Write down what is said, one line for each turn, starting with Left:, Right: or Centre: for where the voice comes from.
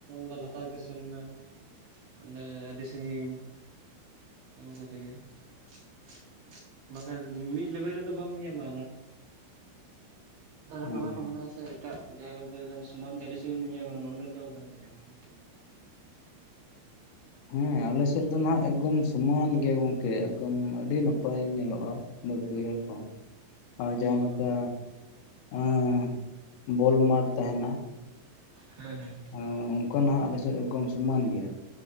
Right: ᱫᱚ ᱞᱟᱛᱟᱨ ᱨᱮᱜᱮ ᱥᱮᱱ ᱮᱱᱟ ᱾ ᱚᱰᱮ ᱟᱹᱰᱤ ᱥᱟᱺᱜᱤᱧ ᱚᱱᱠᱟ ᱛᱮᱜᱮ ᱾ ᱢᱟᱱᱮ ᱢᱤᱫ ᱞᱮᱵᱮᱞ ᱨᱮᱫᱚ ᱵᱟᱢ ᱧᱮᱸᱧᱟᱢᱟ ᱫᱟᱨᱮ
Left: ᱦᱮᱸ
Right: ᱯᱟᱞᱟ ᱠᱚ ᱢᱮᱱᱟᱜ-ᱟ ᱥᱮ ᱮᱴᱟᱜ ᱡᱟᱭᱜᱟ ᱥᱚᱢᱟᱱ ᱜᱮ ᱟᱹᱰᱤ ᱥᱟᱺᱜᱤᱧ ᱮᱢ ᱧᱮᱸᱧᱟᱢᱟ, ᱱᱚᱰᱮ ᱫᱚ ᱵᱟᱢ ᱧᱟᱢᱟ ᱾
Left: ᱦᱮᱸ ᱟᱞᱮ ᱥᱮᱫ ᱫᱚ ᱦᱟᱜ ᱮᱠᱫᱚᱢ ᱥᱚᱢᱟᱱ ᱜᱮᱭᱟ ᱜᱚᱝᱠᱮ, ᱮᱠᱫᱚᱢ ᱟᱹᱰᱤ ᱱᱟᱯᱟᱭ ᱧᱮᱞᱚᱜᱼᱟ ᱾ ᱵᱟᱹᱫᱽ ᱵᱟᱹᱭᱦᱟᱹᱲ ᱠᱚ ᱾ ᱟᱨ
Right: ᱦᱩᱸ
Left: ᱡᱟᱦᱟᱸ ᱱᱚᱠᱟ ᱮᱸ ᱵᱚᱞ ᱢᱟᱴᱷ ᱛᱟᱦᱮᱱᱟ
Right: ᱦᱮᱸ ᱦᱮᱸ ᱾
Left: ᱦᱮᱸ, ᱚᱱᱠᱟ ᱱᱟᱜ ᱟᱞᱮ ᱥᱮᱫ ᱮᱠᱫᱚᱢ ᱥᱚᱢᱟᱱ ᱜᱮᱭᱟ ᱾